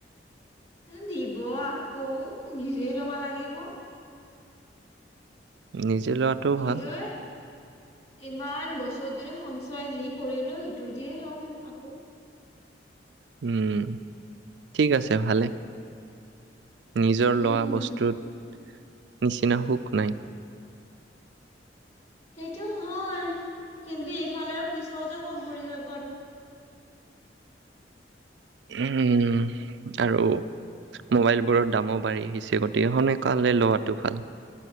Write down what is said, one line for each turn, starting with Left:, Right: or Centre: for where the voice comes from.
Left: দিব আকৌ নিজেই ল'ব লাগিব
Right: নিশ্চ জ লোৱাটোও
Left: নিজে
Right: ভাল
Left: ইমান বছৰ ধৰি সঞ্চয় যি কৰিলো সিটো দিয়ে লম আকৌ
Right: উম ঠিক আছে ভালে। নিজৰ
Left: উম
Right: লোৱা বস্তুত নিচিনা সুখ নাই
Left: সেইটো হয় কিন্তু এইফালে আৰু পইচাওঁতো কম পৰি যাব আৰু
Right: উম আৰু মোবাইলবোৰৰ দামো বাঢ়ি আহিছে গতিকে সোনকালে লোৱাটো ভাল